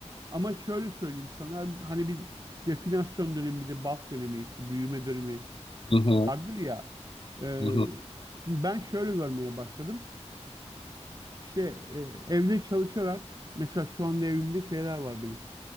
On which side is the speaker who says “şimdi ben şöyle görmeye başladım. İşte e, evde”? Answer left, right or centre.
Right